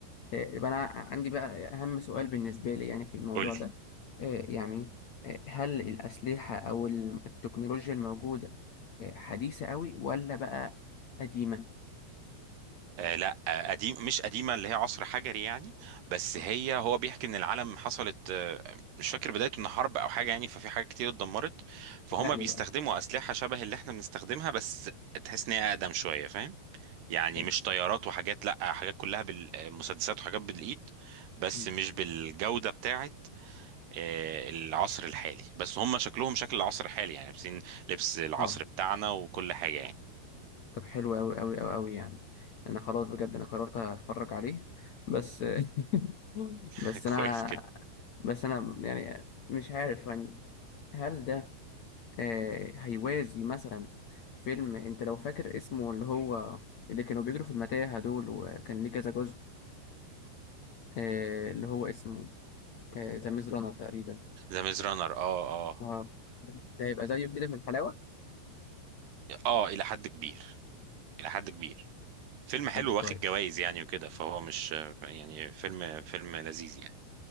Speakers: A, on the left; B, on the right.
A: آه، يبقى انا عندي بقى اهم سؤال بالنسبه لي يعني في الموضوع
B: قول لي
A: ده آه، يعني آه، هل الاسلحه او ال- التكنولوجيا الموجوده آه، حديثه قوي ولا بقى قديمه
B: آه لا آه قديم مش قديمة اللي هي عصر حجري يعني بس
A: آه،
B: هي هو بيحكي ان العالم حصلت آه مش فاكر بدايته ان حرب او حاجة يعني ففي حاجات كتير اتدمرت فهم
A: احرق
B: بيستخدموا
A: لي بقى
B: أسلحة شبه اللي احنا بنستخدمها بس تحس ان هي أقدم شوية فاهم يعني
A: حلو.
B: مش طيارات وحاجات لا حاجات كلها بالمسدسات وحاجات بالإيد بس
A: مم.
B: مش بالجودة بتاعت آه، العصر الحالي بس هم شكلهم شكل العصر الحالي يعني لابسين لبس العصر
A: اه
B: بتاعنا وكل حاجة يعني
A: طب حلو قوي قوي قوي قوي يعني انا خلاص بجد انا قررت اتفرج عليه بس <laughs>
B: <laughs>
A: بس انا
B: كويس كده
A: بس انا يعني مش عارف يعني هل ده آه، هيوازي مثلا فيلم انت لو فاكر اسمه اللي هو اللي كانوا بيجروا في المتاهة دول وكان ليه كذا جزء آه، اللي هو اسمه ذا ميز رانر تقريبا
B: ذا ميز رانر اه The Maze Runner، اه آه.
A: اه ده هيبقى زيه كده من الحلاوة
B: اه الى حد كبير الى حد كبير فيلم حلو
A: طب كويس
B: واخد جوائز يعني وكده فهو مش يعني فيلم فيلم لذيذ يعني